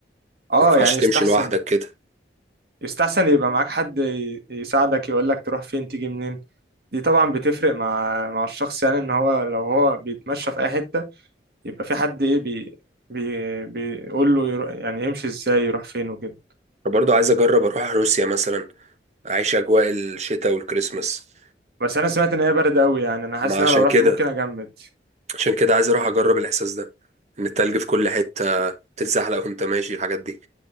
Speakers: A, on the right; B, on the right.
A: اه
B: ينفعش
A: يعني
B: تمشي
A: يستحسن
B: لوحدك كده
A: يستحسن يبقى معاك حد ي- يساعدك يقولك تروح فين تيجي منين دي طبعا بتفرق مع مع الشخص يعني ان هو لو هو بيتمشى في اي حتة يبقى في حد ايه بي بي بيقول له يرو... يعني يمشي ازاي يروح فين وكده
B: فبرضو عايز اجرب اروح روسيا مثلا اعيش اجواء الشتاء والكريسماس
A: بس انا سمعت ان هي برد قوي يعني انا حاسس
B: ما
A: ان
B: عشان
A: انا لو رحت
B: كده
A: ممكن اجمد
B: عشان كده عايز اروح اجرب الاحساس ده ان التلج في كل حتة تتزحلق وانت ماشي الحاجات دي